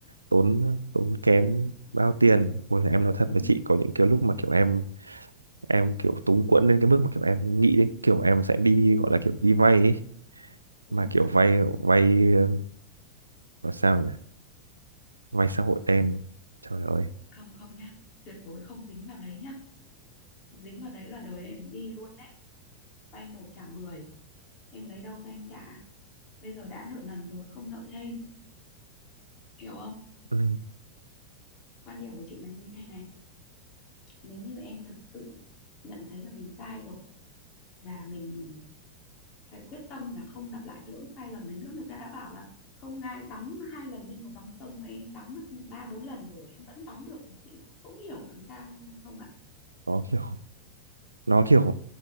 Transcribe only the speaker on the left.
ừ,
ừ,
không không nhá tuyệt đối không dính vào đấy nhá dính vào đấy là đời em đi luôn đấy vay một trả mười em lấy đâu ra em trả bây giờ đã nợ nần rồi không nợ thêm hiểu không
quan điểm của chị là như thế này này nếu như em thực sự nhận thấy là mình sai rồi và mình phải quyết tâm là không lặp lại cái lỗi sai lầm đấy nữa người ta đã bảo là không ai tắm hai lần trên một dòng sông mà em tắm mất ba bốn lần rồi em vẫn tắm được thì chị không hiểu làm sao không ạ